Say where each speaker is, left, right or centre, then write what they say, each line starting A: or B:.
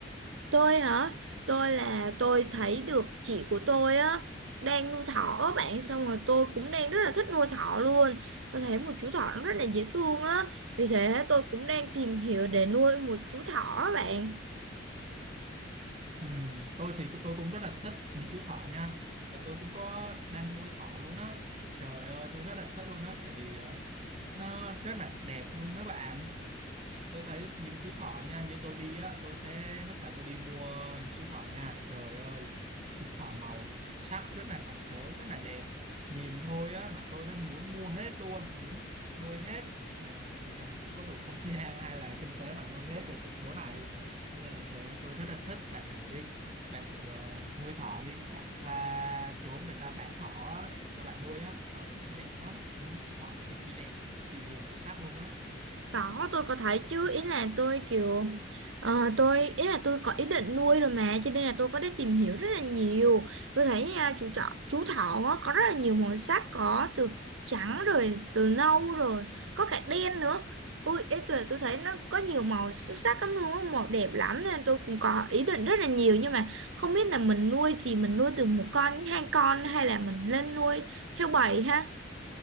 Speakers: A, on the right; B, on the right.
A: tôi hả? Tôi là tôi thấy được chị của tôi á đang nuôi thỏ á bạn xong rồi tôi cũng đang rất là thích nuôi thỏ luôn. Tôi thấy một chú thỏ nó rất là dễ thương á, vì thế tôi cũng đang tìm hiểu để nuôi một chú thỏ á bạn.
B: Ừ, tôi thì tôi cũng rất là thích những chú thỏ nha. Và tôi cũng có đang nuôi thỏ luôn á. Trời ơi, tôi rất là thích luôn á. Tại vì ờ, nó rất là đẹp luôn đó bạn. tôi thấy những chú thỏ nha như tôi đi á tôi sẽ lúc mà tôi đi mua những chú thỏ nha trời ơi chú thỏ màu sắc rất là sặc sỡ rất là đẹp nhìn thôi á mà tôi đã muốn mua hết luôn muốn nuôi hết nhưng mà làm gì có đủ không gian <laughs> hay là kinh tế mà nuôi hết được cái chỗ này nên là trời ơi tôi rất là thích bạn thử đi bạn thử ờ, nuôi thỏ đi bạn ra chỗ người ta bán thỏ á, để cho bạn nuôi á trời ơi, đẹp lắm những chú thỏ cực kỳ đẹp cực kỳ nhiều màu sắc luôn á
A: Có, tôi có thấy chứ, ý là tôi kiểu ờ, tôi ý là tôi có ý định nuôi rồi mà cho nên là tôi có đi tìm hiểu rất là nhiều. Tôi thấy à, chú thỏ chú thỏ á, có rất là nhiều màu sắc có từ trắng rồi từ nâu rồi, có cả đen nữa. Ui, ý tôi tôi thấy nó có nhiều màu xuất sắc lắm luôn, á, màu đẹp lắm nên tôi cũng có ý định rất là nhiều nhưng mà không biết là mình nuôi thì mình nuôi từ một con đến hai con hay là mình lên nuôi theo bầy ha.